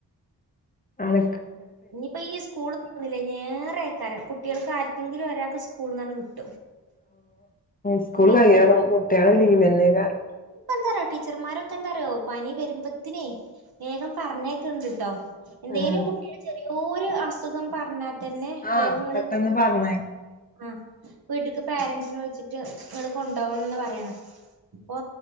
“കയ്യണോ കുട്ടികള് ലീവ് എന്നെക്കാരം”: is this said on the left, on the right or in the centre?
Left